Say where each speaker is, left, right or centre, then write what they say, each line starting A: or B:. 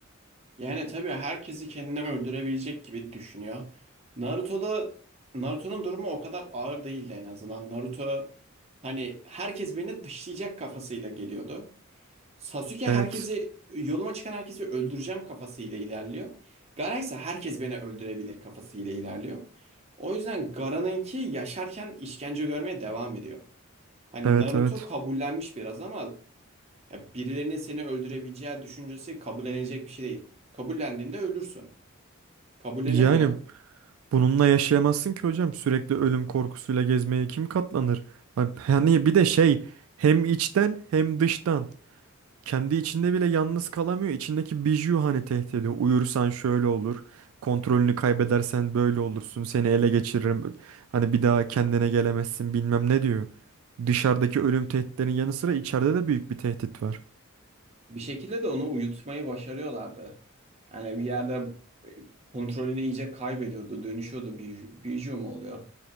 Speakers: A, on the right; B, on the right.
A: Yani tabii herkesi kendine öldürebilecek gibi düşünüyor. Naruto'da Naruto'nun durumu o kadar ağır değildi en azından. Naruto hani herkes beni dışlayacak kafasıyla geliyordu. Sasuke
B: Evet.
A: herkesi yoluma çıkan herkesi öldüreceğim kafasıyla ilerliyor. Gaara ise herkes beni öldürebilir kafasıyla ilerliyor. O yüzden Gaara'nınki yaşarken işkence görmeye devam ediyor. Hani
B: Evet
A: Naruto
B: evet.
A: kabullenmiş biraz ama ya birilerinin seni öldürebileceği düşüncesi kabullenilecek bir şey değil. Kabullendiğinde ölürsün. Kabullenemiyor.
B: Yani Bununla yaşayamazsın ki hocam. Sürekli ölüm korkusuyla gezmeye kim katlanır? Ha- Yani bir de şey hem içten hem dıştan. Kendi içinde bile yalnız kalamıyor. İçindeki biju hani tehdit ediyor. Uyursan şöyle olur. Kontrolünü kaybedersen böyle olursun. Seni ele geçiririm. Hani bir daha kendine gelemezsin bilmem ne diyor. Dışarıdaki ölüm tehditlerinin yanı sıra içeride de büyük bir tehdit var.
A: Bir şekilde de onu uyutmayı başarıyorlardı. Yani bir yerde e, kontrolünü iyice kaybediyordu, dönüşüyordu. Biju, Biju mu oluyor?